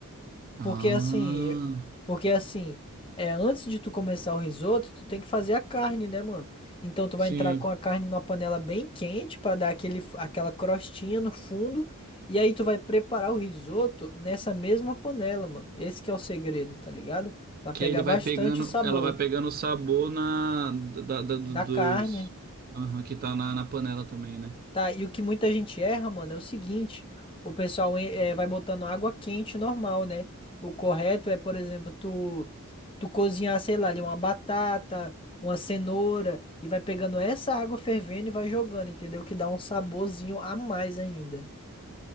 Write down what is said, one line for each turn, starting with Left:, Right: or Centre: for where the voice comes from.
Right: Ah,
Left: Porque assim, porque assim, é, antes de tu começar o risoto, tu tem que fazer a carne, né, mano? Então tu vai
Right: sim.
Left: entrar com a carne numa panela bem quente pra dar aquele, aquela crostinha no fundo, e aí tu vai preparar o risoto nessa mesma panela, mano. Esse que é o segredo, tá ligado? Pra
Right: Que
Left: pegar
Right: ele
Left: bastante
Right: vai pegando,
Left: o sabor
Right: ela vai pegando o sabor na da, da- do-
Left: da
Right: dos
Left: carne.
Right: Aham, que tá na, na panela também, né?
Left: Tá, e o que muita gente erra, mano, é o seguinte: o pessoal eh, vai botando água quente normal, né? O correto é, por exemplo, tu, tu cozinhar, sei lá, ali uma batata, uma cenoura, e vai pegando essa água fervendo e vai jogando, entendeu? Que dá um saborzinho a mais ainda.